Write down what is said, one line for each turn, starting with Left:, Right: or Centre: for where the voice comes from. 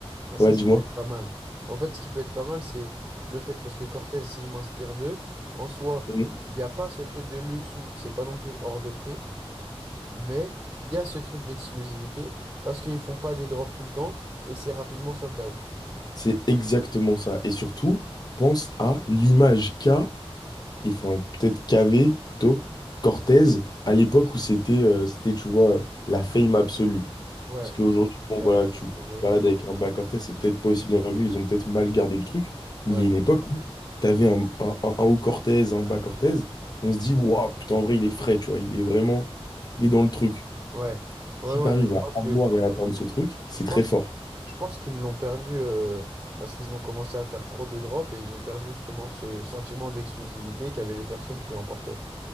Right: Ah, ça,
Left: ouais,
Right: ça
Left: dis-moi,
Right: peut être pas mal. En fait, ce qui peut être pas mal, c'est le fait, parce que Cortez, si je m'inspire d'eux, en soi,
Left: Mhm.
Right: il n'y a pas ce truc de luxe où c'est pas non plus hors de prix, mais il y a ce truc d'exclusivité, parce qu'ils font pas des drops tout le temps, et c'est rapidement sold out.
Left: c'est exactement ça. Et surtout, pense à l'image qu'a et enfin peut-être Cavé plutôt, Cortez, à l'époque où c'était, euh, c'était, tu vois, euh, la fame absolue.
Right: Ouais,
Left: Parce qu'aujourd'hui,
Right: ou c'est
Left: bon
Right: galère
Left: voilà, tu,
Right: de trouver.
Left: tu te balades avec un bas Cortez, c'est peut-être pas aussi bien vu, ils ont peut-être mal gardé le truc, mais
Right: Ouais,
Left: il y a une époque où t'avais un, un, un- un haut Cortez, un bas Cortez, on se dit, waouh, putain, en vrai, il est frais, tu vois, il est vraiment, il est dans le truc.
Right: ouais, ouais,
Left: Si
Right: ouais,
Left: t'arrives
Right: mais je
Left: à
Right: pense
Left: avoir
Right: que,
Left: et à atteindre ce truc, c'est
Right: je pense,
Left: très fort.
Right: je pense qu'ils l'ont perdu, euh, parce qu'ils ont commencé à faire trop de drops, et ils ont perdu justement ce sentiment d'exclusivité qu'avaient les personnes qui emportaient.